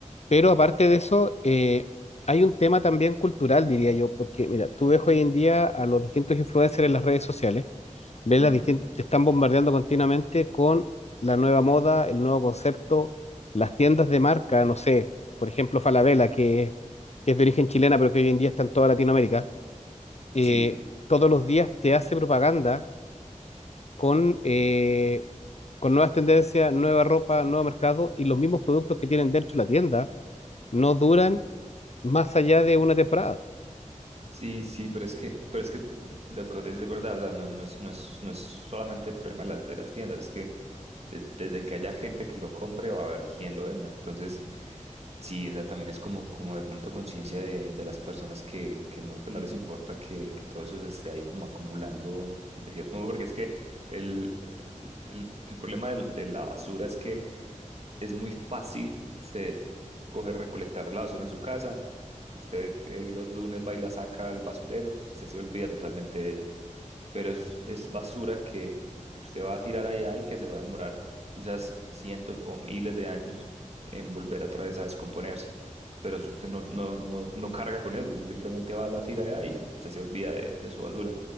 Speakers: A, on the left; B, on the right.
A: Pero aparte de eso, eh, hay un tema también cultural, diría yo, porque mira, tú ves hoy en día a los distintos influencers en las redes sociales Ves
B: ujú,
A: las distin- te están bombardeando continuamente con la nueva moda, el nuevo concepto, las tiendas de marca, no sé, por ejemplo, Falabella, que, que es de origen chilena, pero que hoy en día está en toda Latinoamérica, eh,
B: Sí,
A: todos los días te hace propaganda con, eh, con nuevas tendencias, nueva ropa, nuevo mercado y los mismos productos que tienen dentro de la tienda no duran más allá de una temporada.
B: Sí, sí, pero es que, pero es que lo que vos decís es verdad, o sea, no, no es, no es, no es solamente el problema de las, de las tiendas, es que de- desde que haya gente que lo compre va a haber quien lo venda. Entonces, sí, o sea, también es como, como de pronto conciencia de, de las personas que, que no, pues no les importa que, que todo eso se esté ahí como acumulando, de cierto modo, porque es que el, el, el- el problema del- de, la basura es que es muy fácil usted coger, recolectar la basura en su casa. Usted eh, los lunes va y la saca al basurero y usted se olvida totalmente de ella. Pero es, es basura que, que usted va a tirar allá y que se va a demorar quizás cientos o miles de años en volver otra vez a descomponerse. Pero si usted no, no, no, no carga con eso, usted simplemente va a la tira allá y usted se olvida de, de su basura.